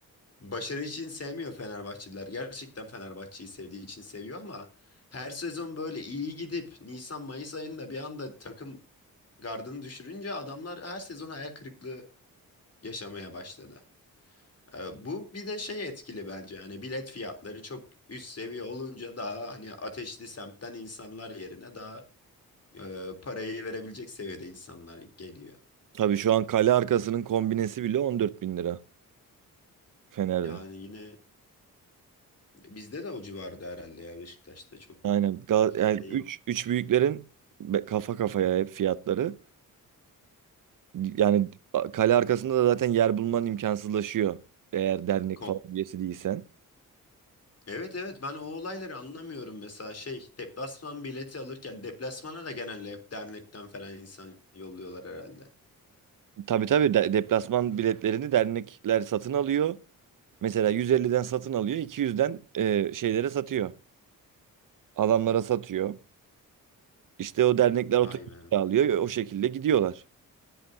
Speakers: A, on the left; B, on the right.
A: Başarı için sevmiyor Fenerbahçeliler. Gerçekten Fenerbahçe'yi sevdiği için seviyor ama her sezon böyle iyi gidip Nisan-Mayıs ayında bir anda takım gardını düşürünce adamlar her sezon hayal kırıklığı yaşamaya başladı. E, Bu bir de şey etkili bence yani bilet fiyatları çok üst seviye olunca daha hani ateşli semtten insanlar yerine daha e, parayı verebilecek seviyede insanlar geliyor.
B: tabii şu an kale arkasının kombinesi bile 14 bin lira Fener'de.
A: Yani yine bizde de o civarda herhalde ya Beşiktaş'ta çok
B: Aynen. Ga-
A: şey
B: Yani
A: değil.
B: 3 3 büyüklerin be- kafa kafaya hep fiyatları. Yani a- kale arkasında da zaten yer bulman imkansızlaşıyor. Eğer dernek
A: Ko-
B: falan üyesi değilsen.
A: evet evet ben o olayları anlamıyorum mesela şey deplasman bileti alırken deplasmana da genelde hep dernekten falan insan yolluyorlar herhalde.
B: Tabii tabii de- deplasman biletlerini dernekler satın alıyor. Mesela 150'den satın alıyor, 200'den e, şeylere satıyor. Adamlara satıyor. İşte o dernekler
A: Vay
B: otobüs
A: be
B: alıyor, o şekilde gidiyorlar.